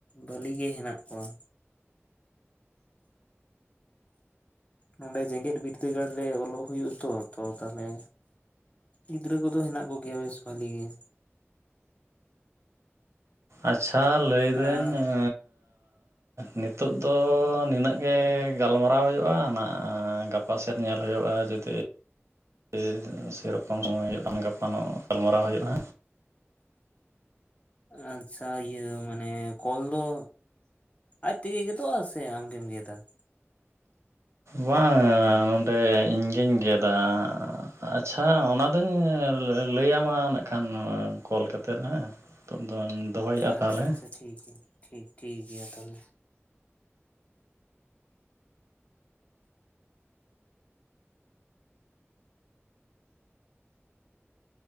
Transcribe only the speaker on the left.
ᱵᱷᱟᱹᱞᱤ ᱜᱮ ᱦᱮᱱᱟᱜ ᱠᱚᱣᱟ ᱱᱚᱰᱮ ᱡᱮᱜᱮᱫ ᱵᱤᱫᱟᱹᱜᱟᱲ ᱨᱮ ᱚᱞᱚᱜ ᱦᱩᱭᱩᱜ ᱟ ᱛᱚ ᱛᱚ ᱛᱟᱦᱚᱞᱮ ᱜᱤᱫᱽᱨᱟᱹ ᱠᱚᱫᱚ ᱦᱮᱱᱟᱜ ᱠᱚᱜᱮᱭᱟ ᱵᱮᱥ ᱵᱷᱟᱞᱤ ᱜᱮ
ᱟᱨ
ᱟᱪᱪᱷᱟ ᱤᱭᱟᱹ ᱢᱟᱱᱮ ᱠᱚᱞ ᱫᱚ ᱟᱡ ᱛᱮᱜᱮ ᱜᱮᱫᱚᱜᱼᱟ ᱥᱮ ᱟᱢᱜᱮᱢ ᱜᱮᱫᱟ
ᱟᱪᱪᱷᱟ
ᱟᱪᱪᱷᱟ ᱴᱷᱤᱠ ᱴᱷᱤᱠ ᱜᱮᱭᱟ ᱜᱮᱭᱟ ᱛᱟᱦᱚᱞᱮ᱾